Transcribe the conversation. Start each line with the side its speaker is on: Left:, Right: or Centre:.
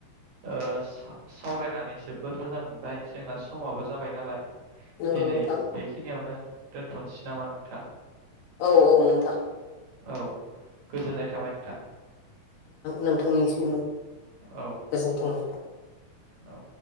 Right: ओ सा सावरायनानै जोबोद मोजां बाय जोंना समाबो जाबाय नालाय
Left: नंगौ
Right: दिनै
Left: नोंथां
Right: बेखिनियावनो दोनथ'सै नामा नोंथां?
Left: औ औ नोंथां
Right: औ गोजोननाय थाबाय नोंथां
Left: नोंथांनि सिमबो
Right: औ
Left: गोजोनथों नोंथां
Right: औ